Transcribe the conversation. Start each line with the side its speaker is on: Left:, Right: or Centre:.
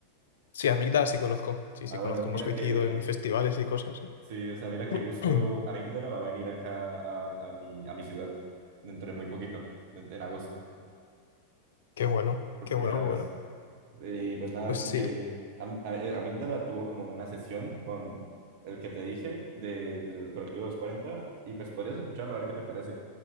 Left: sí, Amígdala sí conozco, sí,
Right: Ah,
Left: sí
Right: bueno,
Left: conozco,
Right: mira
Left: hemos coincidido
Right: que,
Left: en festivales y cosas.
Right: sí, o sea, mira que justo
Left: <clears throat>
Right: Amígdala va a venir acá a, a mi, a mi ciudad dentro de muy poquito, en, en agosto,
Left: Qué bueno,
Right: por
Left: qué
Right: primera
Left: bueno, qué
Right: vez.
Left: bueno.
Right: Y pues nada,
Left: Pues
Right: como
Left: sí.
Right: que Am- a- eh, Amígdala tuvo como una sesión con el que te dije de- del colectivo 240 y pues podrías escucharlo a ver qué te parece.